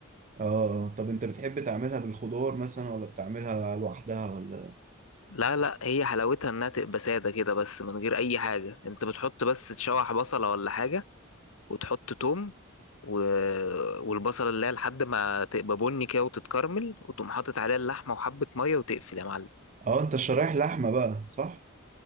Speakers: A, on the right; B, on the left.
A: أه آه. طب أنت بتحب تعملها بالخضار مثلا ولا بتعملها لوحدها ولا
B: لا لا هي حلاوتها انها تبقى ساده كده بس من غير اي حاجه انت بتحط بس تشوح بصله ولا حاجه وتحط توم و... والبصله اللي هي لحد ما تبقى بني كده وتتكرمل وتقوم حاطط عليها اللحمه وحبه ميه وتقفل يا معلم
A: اه انت شرايح لحمة بقى صح؟